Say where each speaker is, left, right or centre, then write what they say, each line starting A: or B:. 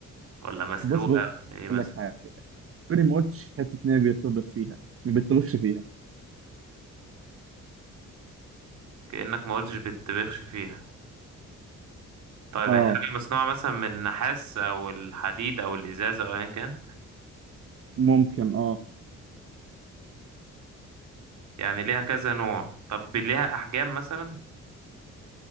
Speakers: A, on the right; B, on the right.
A: ولا مسلوقة
B: بص بقول
A: ولا إيه مثلا
B: لك حاجه عمري ما قلتش حته ان هي بيطبخ فيها ما بيطبخش فيها
A: كأنك ما قلتش بتطبخش فيها طيب
B: اه
A: هي حاجة مصنوعة مثلا من النحاس أو الحديد أو الإزاز أو أيا كان
B: ممكن اه
A: يعني ليها كذا نوع طب ليها احجام مثلا